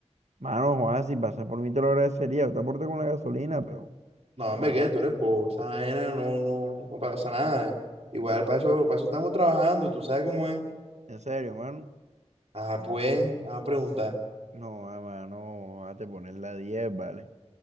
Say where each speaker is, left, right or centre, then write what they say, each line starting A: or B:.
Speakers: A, on the right (about 75°); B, on the right (about 60°).
A: Mano, Juan, si pasas por mí te lo agradecería, yo te aporto con la gasolina, pero,
B: No,
A: pero,
B: hombre,
A: ajá,
B: ¿qué? Tú eres bobo, esa vaina no, no, no pasa nada. Igual, para eso, para eso estamos trabajando, tú sabes cómo es.
A: en serio, mano.
B: Ah, pues, vamos a preguntar.
A: No, ah, mano, a te pones la 10 vale.